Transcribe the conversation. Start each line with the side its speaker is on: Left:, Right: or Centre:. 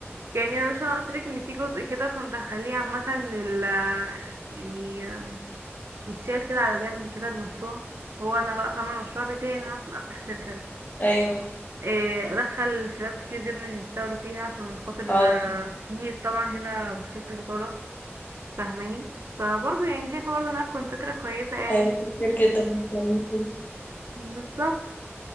Right: يعني انا مش انا قلت لك ان في جزء كده كنت هخليه عامة لل يعني آم، يتشال كده على جنب كده المشروع هو انا بقى فاهمة المشروع بتاعي ان انا اصلا افتح شركة
Left: ايوه
Right: آه، ادخل شباب كتير جدا يشتغلوا فيها عشان خاطر
Left: اه
Right: آه، في طبعا هنا مشكلة البطالة فاهماني فبرضه يعني شايفة برضه انها تكون فكرة كويسة يعني
Left: ايوه كتير جدا مش لاقيين شغل.
Right: بالظبط